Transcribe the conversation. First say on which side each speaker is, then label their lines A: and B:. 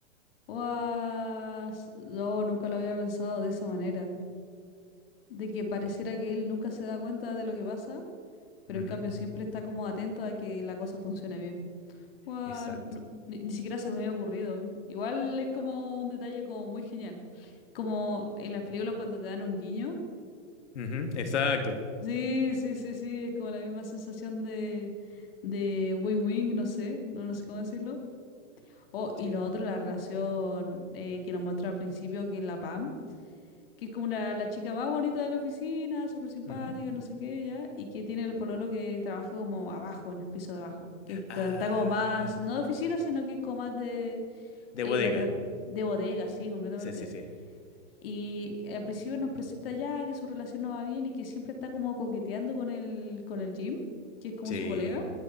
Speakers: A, on the left (about 50°); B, on the left (about 65°).
A: guau, s- No, nunca lo había pensado de esa manera. De que pareciera que él nunca se da cuenta de lo que pasa, pero
B: Ujú,
A: en cambio siempre está como atento a que la cosa funcione bien. Guau,
B: Exacto.
A: no- ni, ni siquiera se me había ocurrido. Igual es como un detalle como muy genial. Como en las películas cuando te dan un guiño.
B: Ujú, Exacto.
A: Sí, sí, sí, sí, es como la misma sensación de, de win-win, no sé, no, no sé cómo decirlo. Oh,
B: Sí.
A: y lo otro, la relación eh, que nos muestra al principio, que es la Pam, que es como la, la chica más bonita de la oficina, súper simpática,
B: Ujú.
A: no sé qué, ya, y que tiene el pololo que trabaja como abajo, en el piso de abajo, que está,
B: Ah,
A: está como más, no de oficina, sino que es como más de,
B: de
A: eh,
B: bodega.
A: rep- de bodega, sí, completamente.
B: Sí, sí, sí.
A: Y al principio nos presenta ya que su relación no va bien y que siempre está como coqueteando con el, con el Jim, que es como
B: Sí,
A: su colega,